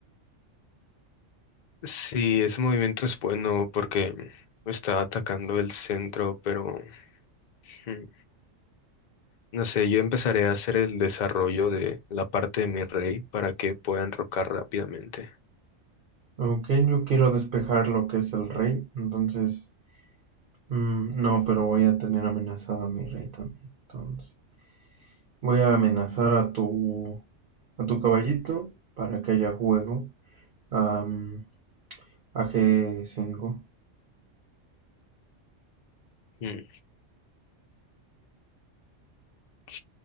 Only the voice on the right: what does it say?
Aunque yo quiero despejar lo que es el rey. Entonces, mm, no, pero voy a tener amenazado a mi rey también. Entonces, voy a amenazar a tu, a tu caballito para que haya juego. am, a G5.